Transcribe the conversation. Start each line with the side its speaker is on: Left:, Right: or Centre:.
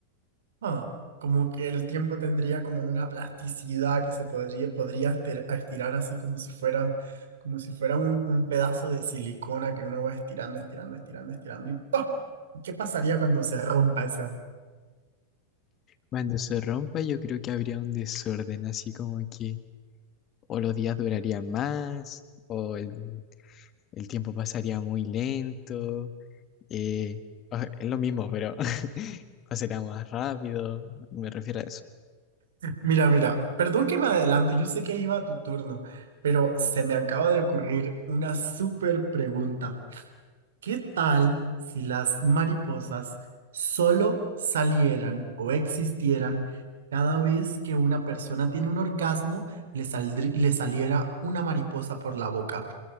Right: Ah, como que el tiempo tendría como una plasticidad que se podría, podría ester- estirar así como si fuera, como si fuera un, un pedazo de silicona que uno va estirando, estirando, estirando, estirando y ¡pop! ¿Qué pasaría cuando se rompa esa?
Left: Cuando se rompa, yo creo que habría un desorden, así como que o los días durarían más, o el, el tiempo pasaría muy lento, Eh, o sea, es lo mismo, pero <laughs> o será más rápido, me refiero a eso.
Right: Mira, mira, perdón que me adelante, yo sé que iba a tu turno, pero se me acaba de ocurrir una súper pregunta. ¿Qué tal si las mariposas solo salieran o existieran cada vez que una persona tiene un orgasmo, le saldrí- le saliera una mariposa por la boca?